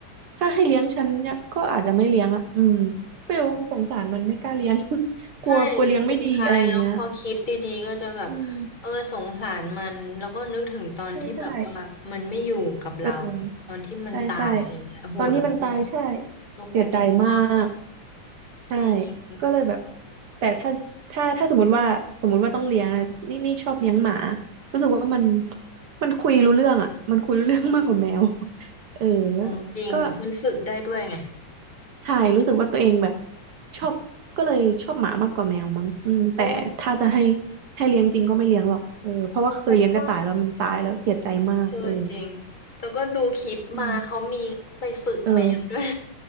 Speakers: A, on the right; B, on the left.
A: ถ้าให้เลี้ยงฉันเนี่ยก็อาจจะไม่เลี้ยงอ่ะอืม ไม่รู้สงสารมันไม่กล้าเลี้ยง <laughs>
B: ใช่
A: กลัวกลัวเลี้ยงไม่ดีอะไรอย่างเงี้ย
B: สุดท้ายแล้วพอคิดดีๆก็จะแบบเออสงสารมันแล้วก็นึกถึงตอนที่แบบว่ามันไม่อยู่กับเราอะตอนที่มันตายอะไรเงี้ยโอ้โหเราคง
A: อืมใช่ใช่เออใช่ใช่ตอนที่มันตายใช่
B: เราคงจะเศร้า
A: เสียใจมากใช่
B: จริง
A: ก็เลยแบบแต่ถ้าถ้าถ้าสมมติว่าสมมติว่าต้องเลี้ยงอะนี่นี่ชอบเลี้ยงหมารู้สึกว่ามันมันคุยรู้เรื่องอ่ะมันคุยรู้เรื่องมากกว่าแมวเออ
B: อืมจริงมันฝึกได้ด้วยไง
A: ก็ ใช่รู้สึกว่าตัวเองแบบชอบก็เลยชอบหมามากกว่าแมวมั้งอืมแต่ถ้าจะให้
B: โอ้
A: ให้เลี้ยงจริงก็ไม่เลี้ยงหรอกเออเพราะว่าเคยเลี้ยงกระต่ายแล้วมันตายแล้วเสียใจมากเออ
B: แต่ก็ เออจริง แล้วก็ดูคลิปมาเขามีไปฝึกแมวด้วย
A: อืมเออ